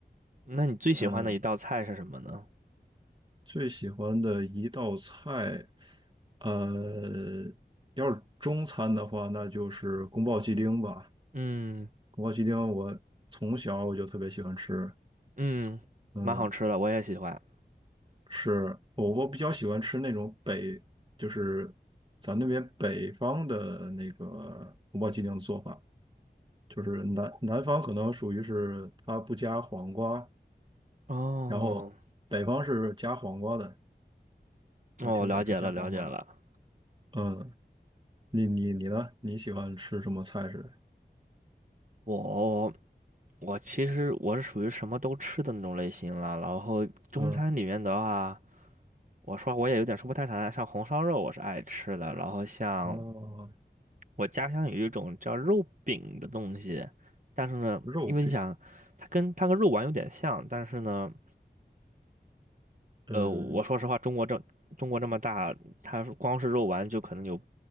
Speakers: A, on the right (about 50°); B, on the right (about 30°).
A: 那你最喜欢的一道菜是什么呢？
B: 嗯，最喜欢的一道菜，呃，要是中餐的话，那就是宫保鸡丁吧。
A: 嗯
B: 宫保鸡丁我从小我就特别喜欢吃，
A: 嗯，
B: 嗯，
A: 蛮好吃的，我也喜欢。
B: 是我我比较喜欢吃那种北，就是咱那边北方的那个宫保鸡丁的做法，就是南南方可能属于是它不加黄瓜，
A: 哦
B: 然后北方是加黄瓜的，我挺喜欢吃加黄瓜的。
A: 哦，了解了了解了。
B: 嗯，你你你呢？你喜欢吃什么菜式的？
A: 我我其实我是属于什么都吃的那种类型了。然后中餐里面的话，
B: 嗯，
A: 我说我也有点说不太上来，像红烧肉我是爱吃的。然后像
B: 哦，
A: 我家乡有一种叫肉饼的东西，但是呢，
B: 肉饼，
A: 因为你想，它跟它跟肉丸有点像，但是呢。
B: 嗯，
A: 呃，我说实话，中国这中国这么大，它光是肉丸就可能有